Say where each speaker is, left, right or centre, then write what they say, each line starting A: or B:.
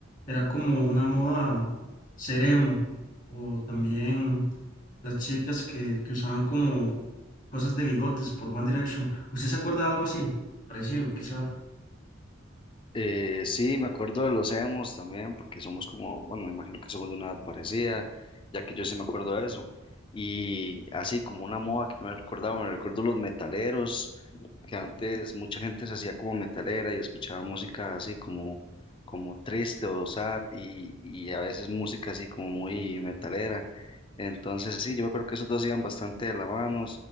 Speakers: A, on the left; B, on the left.
A: era como una moda ser emo, o también las chicas que, que usaban como cosas de bigotes por One Direction. ¿Usted se acuerda de algo así? Parecido, quizá.
B: Eh, sí, me acuerdo de los emos también, porque somos como, bueno, me imagino que somos de una edad parecida, ya que yo sí me acuerdo de eso. Y así como una moda que yo me recordaba, me recuerdo los metaleros, que antes mucha gente se hacía como metalera y escuchaba música así como, como triste o sad y, y a veces música así como muy metalera. Entonces sí, yo me acuerdo que esos dos iban bastante de la mano.